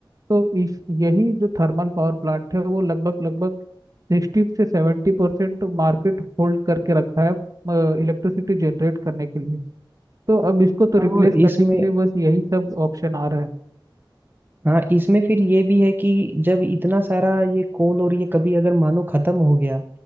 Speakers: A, on the right; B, on the right.
A: तो इस यही जो थर्मल पावर प्लांट है वो लगभग लगभग सिक्सटी से सेवेंटी परसेंट मार्केट होल्ड करके रखा है इलेक्ट्रिसिटी जनरेट करने के लिए तो अब इसको तो
B: हाँ,
A: रिप्लेस
B: और
A: करने
B: इसमें
A: के लिए बस यही सब ऑप्शन आ रहा है
B: हाँ इसमें फिर ये भी है कि जब इतना सारा ये कोल और ये कभी अगर मानो खत्म हो गया